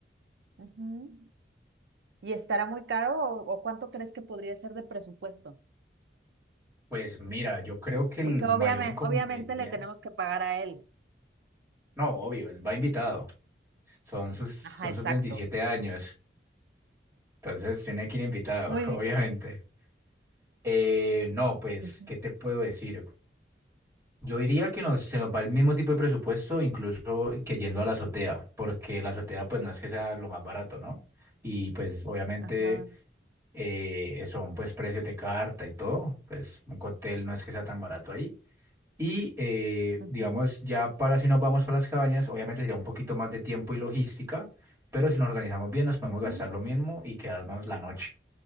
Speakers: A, on the right; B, on the right.
A: Ujú. ¿Y estará muy caro o, o cuánto crees que podría ser de presupuesto?
B: Pues mira, yo creo que
A: Porque
B: el mayor
A: obviamente,
B: inconveniente,
A: obviamente le tenemos que pagar a él.
B: no, obvio, él va invitado, son sus, son
A: Ajá, exacto.
B: sus 27 años, entonces tiene que ir invitado,
A: Muy
B: <laughs>
A: bien.
B: obviamente. Eh, no, pues,
A: Ujú,
B: ¿qué te puedo decir? Yo diría que nos, se nos va el mismo tipo de presupuesto, incluso que yendo a la azotea, porque la azotea pues no es que sea lo más barato, ¿no? Y pues obviamente
A: Ajá.
B: eh, son pues precios de carta y todo, pues un cóctel no es que sea tan barato ahí. Y eh,
A: ujú,
B: digamos, ya para si nos vamos para las cabañas, obviamente sería un poquito más de tiempo y logística, pero si nos organizamos bien nos podemos
A: ujú.
B: gastar lo mismo y quedarnos la noche.